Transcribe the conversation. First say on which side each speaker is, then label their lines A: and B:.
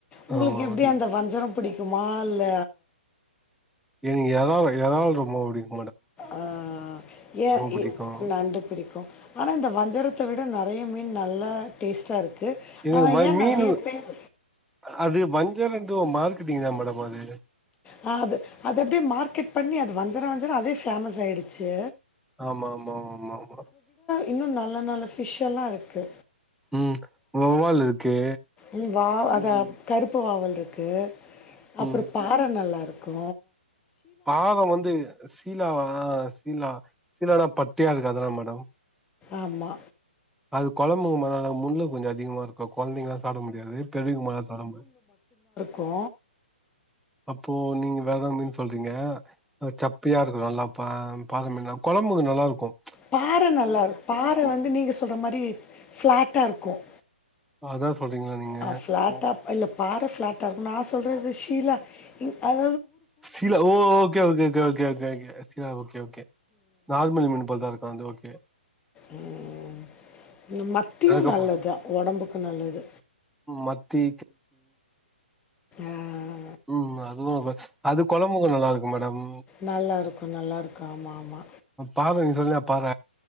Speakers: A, on the left; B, in the centre.
A: உங்களுக்கு
B: ஆமா
A: எப்டி
B: மேடம்
A: அந்த வஞ்சரம் பிடிக்குமா இல்ல
B: எனக்கு எறால் எறால் ரொம்ப பிடிக்கு
A: ஆ ஏன்
B: புடிக்கு
A: எ நண்டு பிடிக்கு ஆனா இந்த வஞ்சரத்த விட ந றைய மீன் நல்லா டேஸ்டா இருக்கு
B: எனக்கு
A: ஆனா
B: வ
A: ஏ
B: மீனு
A: நெறைய பேர்
B: அது வஞ்சரோங்றது ஒரு மார்க்கிட்டிங் தா மேடம் அது
A: ஆ அது அது அப்படியே மார்க்கெட் பண்ணி அது வஞ்சரோ வஞ்சரோ அதே ஃபேமஸ் ஆயிடுச்சு
B: ஆமா ஆமா ஆமா ஆமா
A: இன்னு நல்ல நல்ல ஃபிஷ் எல்லா இருக்கு
B: ம் வவ்வால் இருக்கு
A: ம் வா அதா கருப்பு வவ்வால் இருக்கு அப்பறோ
B: ம்
A: பாற நல்லாருக் கு
B: பாறை வந்து சீலாவா சீலா சீலானா பட்டையா இருக்குதே அதானே மேடம்
A: ஆமா
B: அது கொழம்புங்க முள்ளு கொஞ்சம் அதிகமா இருக்கும் குழந்தைங்களால சாப்ட முடியாது பெரியவங்களால சாப்ட முடியும்
A: கோ
B: அப்போ நீங்க வேற மீன் சொல்றீங்க அது சப்பையா இருக்கணும்ல்லாப்பா பாற மீன்னா குழம்புக்கு நல்லா இருக்கும்
A: பாற நல்லா இருக்கும் பாற வந்து நீங்க சொல்ற மாதிரி ஃபிளாட்டா இருக்கும்
B: அதான் சொல்றீங்களா நீங்க
A: அ ஃப்ளாட்டா இல்ல பாற ஃபிளாட்டா இருக்கும் நா சொல்றது ஷீலா மீ அது
B: சீலா ஓ ஓகே ஓகே ஓகே ஓகே ஓகேங்க சீலா ஓகே ஓகே நார்மல் மீனு போல் தா இருக்கு அது ஓகே
A: உம் மத்தியு
B: அதுக்கப்புற
A: நல்லது தா உடம்புக்கு நல்லது
B: மத்தி
A: ஆஹ்
B: உம் அதுவும் அது அது கொழும்புக்கு நல்லா இருக்கும் மேடம்
A: நல்லா இருக்கும் நல்லா இருக்கும் ஆமா ஆமா
B: பாற நீங்க சொன்னில பாற